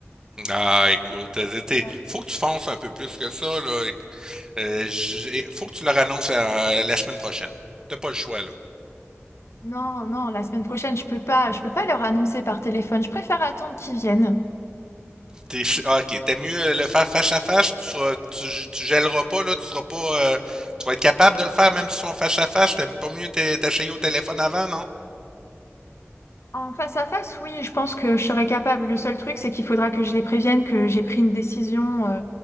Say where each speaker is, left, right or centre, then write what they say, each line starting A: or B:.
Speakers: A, on the right; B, on the left.
A: Ah, écoute, euh, t'es-
B: Ouais.
A: faut que tu fonces un peu plus que ça, là. Euh, j'ai- faut que tu leur annonces la, la semaine prochaine. T'as pas le choix, là.
B: Non, non, la semaine prochaine, je peux pas, je peux pas leur annoncer par téléphone, je préfère attendre qu'ils viennent.
A: T'es, ah, ok, t'es mieux le faire face à face, tu seras, tu, tu gèleras pas, là, tu seras pas, euh, tu vas être capable de le faire même si ils sont face à face, t'aimes pas mieux t'é- t'essayer au téléphone avant, non?
B: En face à face, oui, je pense que je serai capable. Le seul truc, c'est qu'il faudra que je les prévienne que j'ai pris une décision. euh,